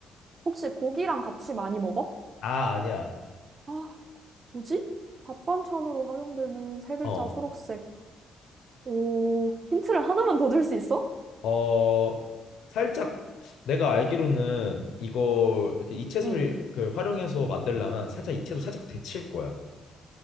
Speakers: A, on the right (about 45°); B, on the left (about 75°).
A: 혹시 고기랑 같이 많이 먹어?
B: 아, 아니야.
A: 아, 뭐지? 밥반찬으로 활용되는 세 글자
B: 어.
A: 초록색. 오, 힌트를 하나만 더 줄 수 있어?
B: 어, 살짝 내가 알기로는 이거 이렇게 이채소를
A: 응,
B: 그 활용해서 만들려면 살짝 이채소 살짝 데칠 거야.